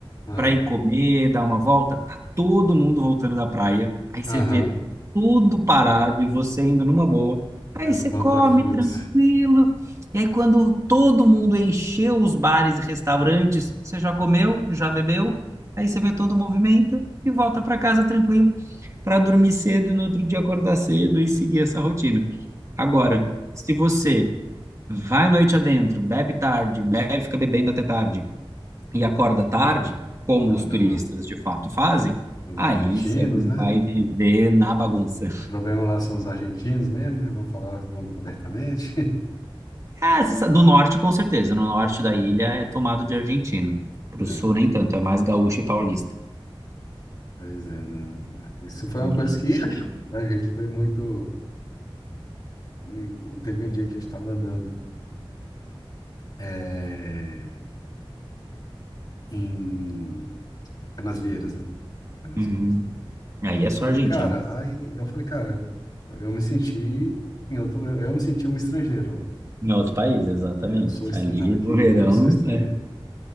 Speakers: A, on the left; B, on the right.
A: ah,
B: para ir comer, dar uma volta, tá todo mundo voltando da praia. Aí você
A: aham,
B: vê tudo parado e você indo numa boa. Aí
A: é no
B: você
A: contrafluxo.
B: come tranquilo. E aí quando todo mundo encheu os bares e restaurantes, você já comeu, já bebeu. Aí você vê todo o movimento e volta para casa tranquilo, para dormir cedo e no outro dia acordar cedo e seguir essa rotina. Agora, se você vai noite adentro, bebe tarde, bebe, fica bebendo até tarde, e acorda tarde, como
A: Ah,
B: os
A: não,
B: turistas de fato fazem,
A: os
B: aí
A: argentinos,
B: você
A: né?
B: vai
A: O
B: viver na bagunça.
A: problema lá são os argentinos mesmo, né? Vamos falar, vamos abertamente.
B: É, você sabe, no norte, com certeza. No norte da ilha é tomado de argentino. Pro
A: <laughs>
B: sul, nem tanto. É mais gaúcho e paulista.
A: Pois é, não. Isso foi
B: Hum.
A: uma coisa que <laughs> <clears throat> a gente foi muito. e Teve um dia que a gente estava andando é, em Canasvieiras, né? Canasvieiras.
B: Uhum. Aí é só
A: E,
B: argentino.
A: cara, aí eu falei, cara, eu me senti. Eu, tô, eu me senti um estrangeiro lá.
B: Em outro país, exatamente.
A: Eu sou estrangeiro.
B: Ali
A: Não, aqui
B: no
A: eu
B: verão,
A: sou estrangeiro.
B: é,